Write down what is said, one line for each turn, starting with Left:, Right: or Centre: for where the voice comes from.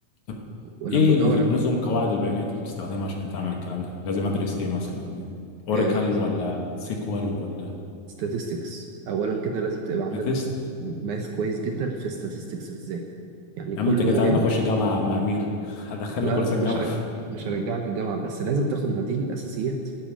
Left: طب
Right: ولما
Left: ايه
Right: تدور
Left: نظم قواعد البيانات اللي بتستخدمها عشان تعمل الكلام ده لازم ادرس ايه مثلا اوراكل
Right: آه،
Left: ولا سيكوال ولا
Right: statistics اولا كده لازم تبقى عندك
Left: statistics
Right: ماث كويس جدا في statistics بالذات يعني كله
Left: يا عم انت كده
Right: مهم
Left: عايز نخش جامعه مع امير <laughs> هدخلني
Right: لا
Left: كورسات
Right: لا مش
Left: جامعه
Right: هر-
Left: <laughs>
Right: مش هرجعك الجامعة بس لازم تاخد مديل الاساسيات